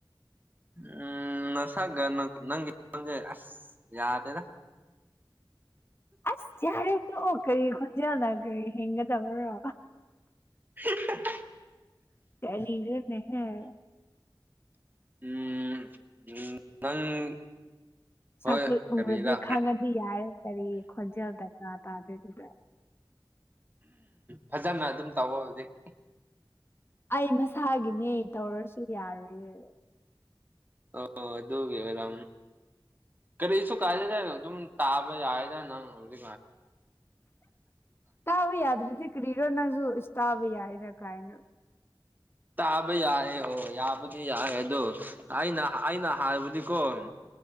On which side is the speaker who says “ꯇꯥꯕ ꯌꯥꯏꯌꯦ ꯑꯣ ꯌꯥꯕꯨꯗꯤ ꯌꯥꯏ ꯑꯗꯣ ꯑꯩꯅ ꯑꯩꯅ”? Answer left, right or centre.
Right